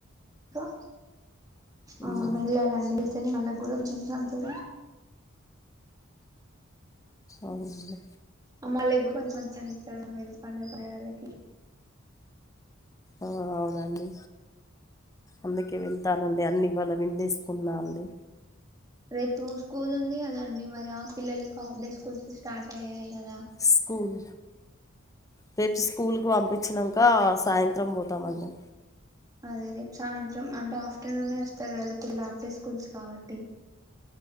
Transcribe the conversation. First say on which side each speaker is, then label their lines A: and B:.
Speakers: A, on the right (about 20°); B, on the left (about 15°).
A: లో
B: ఉమ్.
A: ఆవును మిగిలాలండి తిని మళ్ల గొడవకు జింజతరా
B: అవునండి
A: అమ్ వాళకి కూడా కొంచెం మంచిగనిపిస్తది మనం వెళ్లి పండగ <unintelligible> వాళ్ళకి
B: అవునండి అందుకే వెళతా అండి అన్ని ఎవన్న విండేసుకున్నా అండీ
A: రేపు స్కూల్ ఉంది కదండి మరి ఆ పిల్లలకి హాఫ్ డే స్కూల్స్ స్టార్ట్ అయ్యాయి కదా
B: స్కూల్ రేపు స్కూల్కి పంపించినంక సాయంత్రం పోతామండి
A: అదే రేపు సాయంత్రం అంటే ఆఫ్టర్నూన్ వస్తారు కదా పిల్ల ఆఫ్ డే స్కూల్స్ కాబట్టి